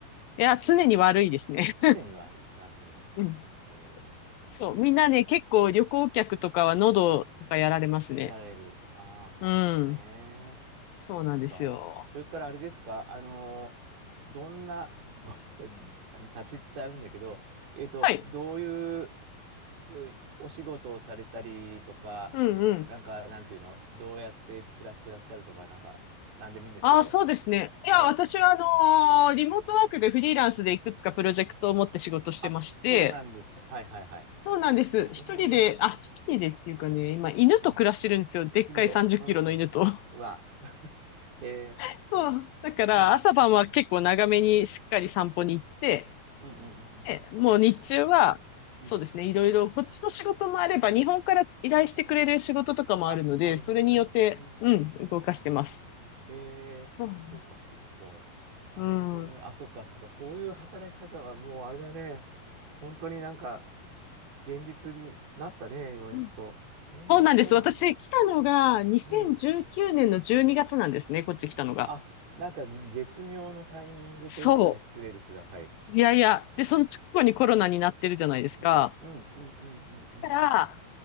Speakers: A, on the left (about 80°); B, on the right (about 90°).
A: いや、常に悪いですね。
B: すでに悪い。なるほど。
A: <laughs> うん。
B: えー、
A: そう、
B: そっかそっか。
A: みんなね、結構旅行客とかは喉とかやられますね。
B: やられる。ああ、なるほどね。
A: うん。そうなんですよ。
B: そっか。それからあれですか、あの、どんな、ごめんなさい、あの、立ち入っちゃうんだけど、えーっと、
A: はい。
B: どういううお仕事をされたりとか、
A: うんうん。
B: なんか、なんていうの、どうやって暮らしてらっしゃるとか、なんか、なんでもいいんですけど。
A: ああ、そうですね。いや、
B: はい。
A: 私はあのーリモートワークでフリーランスでいくつかプロジェクトを持って仕事してまして、
B: あ、そうなんですか。はいはいはい。
A: そうなんです。
B: なるほど。
A: 一人で、あ、一人でっていうかね、今犬と暮らしてるんですよ。
B: うん。
A: でっかい30キロの犬と。
B: 犬と。うんうん。うわ。<laughs> へえ。
A: <laughs> そう。だから朝晩は結構長めにしっかり散歩に行って、
B: うん。うん。うんうん
A: で、もう日中は、
B: は、
A: そうですね、
B: うん。
A: いろいろ、こっちの仕事もあれば、日本から依頼してくれる仕事とかもあるので、
B: あ、なるほどね。
A: それによって、
B: うんうんうんうんうん。
A: うん、動かしてます。
B: へえ。
A: そうなんです
B: そうかそうか。
A: うん。
B: なるほどね。
A: う
B: あ、そっかそっか。そういう働き方はもうあれだね。本当になんか、現実になったね、ようやっと。
A: ん
B: えー、
A: そうなんです。
B: そうなんだ。
A: 私、来たのが2019年の12月なんですね、
B: うん。
A: こっち来たのが。
B: あ、なんか絶妙のタイミングと言ったら失礼ですが、
A: そ
B: はい。
A: う。いやいや。で、その直後にコロナになってるじゃないですか。
B: うん、うん、うん、うん、うん、うん。
A: だから、
B: うん。